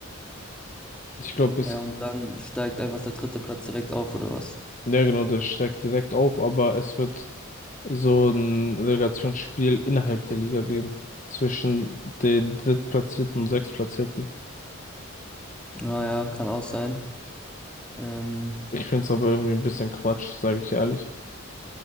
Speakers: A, on the left; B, in the centre.
A: Ich glaube, es,
B: Ja, und dann steigt einfach der dritte Platz direkt auf, oder was?
A: ja genau, das steigt direkt auf, aber es wird so ein Relegationsspiel innerhalb der Liga geben. Zwischen den Drittplatzierten und Sechstplatzierten.
B: Ah ja, kann auch sein. Ähm,
A: Ich finde es aber irgendwie ein bisschen Quatsch, sage ich ehrlich.